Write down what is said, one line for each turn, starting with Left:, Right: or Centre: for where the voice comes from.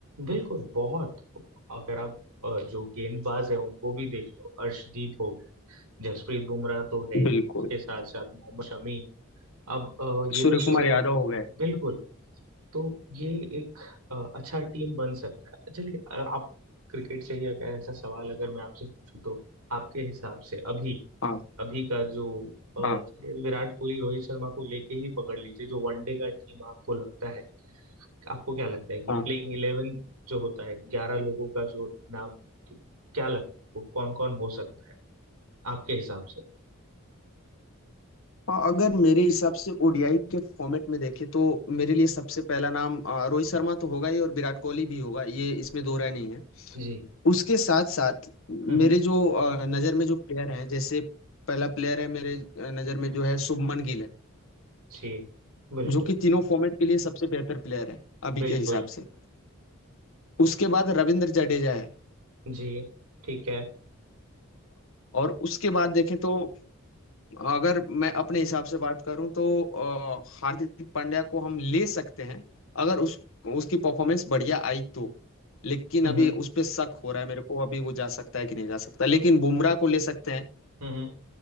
Right: बिल्कुल बहुत अगर आप अ, जो गेंदबाज है उनको भी देख लो अर्शदीप हो गए जसप्रीत बुमराह तो है ही
Left: बिल्कुल
Right: उसके साथ साथ मोहम्मद शमी अब अ, ये
Left: सूर्य
Right: लोग भी
Left: कुमार
Right: चलो
Left: यादव
Right: यादव
Left: हो गए
Right: बिल्कुल तो ये एक अ, अच्छा टीम बन सकता है चलिए अ, आप क्रिकेट से ही एक ऐसा सवाल अगर मैं आपसे पूछूं तो आपके हिसाब से अभी
Left: हाँ
Right: अभी का जो अ,
Left: हाँ
Right: चलिए विराट कोहली रोहित शर्मा को लेके ही पकड़ लीजिए जो वनडे का टीम आपको लगता है आपको क्या लगता है कि
Left: हाँ
Right: प्लेइंग इलेवन जो होता है ग्यारह लोगों का जो नाम तो क्या लगता है आपको कौन कौन हो सकता है आपके हिसाब से
Left: हाँ अगर मेरे हिसाब से ओडीआई के फॉर्मेट में देखें तो मेरे लिए सबसे पहला नाम अ, रोहित शर्मा तो होगा ही और विराट कोहली भी होगा ये इसमें दो राय नहीं है
Right: जी
Left: उसके साथ साथ मेरे
Right: हम्म हम्म,
Left: जो अ, नज़र में जो प्लेयर हैं जैसे पहला प्लेयर है मेरे अ, नज़र में जो है शुभमन गिल है
Right: जी बिल्कुल
Left: जो कि तीनों फॉर्मेट के लिए सबसे बेहतर प्लेयर है अभी
Right: बिल्कुल
Left: के हिसाब से उसके बाद रविंद्र जडेजा है
Right: जी ठीक है
Left: और उसके बाद देखें तो अगर मैं अपने हिसाब से बात करूं तो अ, हार्दिक पांड्या को हम ले सकते हैं अगर उस उसकी परफॉर्मेंस बढ़िया आई तो लेकिन
Right: हम्म
Left: अभी
Right: हम्म
Left: उस पे शक हो रहा है मेरे को अभी वो जा सकता है कि नहीं जा सकता लेकिन बुमराह को ले सकते हैं
Right: हम्म